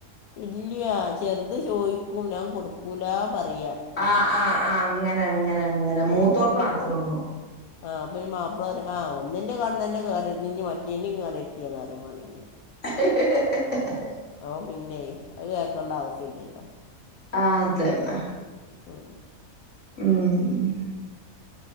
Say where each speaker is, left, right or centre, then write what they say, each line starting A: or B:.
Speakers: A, on the left (about 80°); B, on the left (about 55°).
A: ഇല്ലാ ചെറുതുചോയിക്കും ഞാൻ കൊടുക്കൂലാ പറയാ
B: ആ ആ ആ അങ്ങനെ അങ്ങനെ അങ്ങനെ
A: ഉം.
B: മൂത്തോൾക്ക് മാത്രം ഒള്ളൂ
A: ആ അപ്പം ഇനി മാപ്പ്ള പറയും ആ ഒന്നിൻ്റെ കണ്ണുതന്നെ കരഞ്ഞ് ഇനി മറ്റേൻ്റയും കറക്റ്റ് ചെയ്യുന്നറയും വാണെങ്കില്
B: ഹ് ഹ് ഹാ ഹാ ഹാ
A: ഓ പിന്നെ അതുകേക്കണ്ട ആവശ്യമില്ലല്ലോ
B: ആ അതന്നെ
A: ഉം
B: ഉം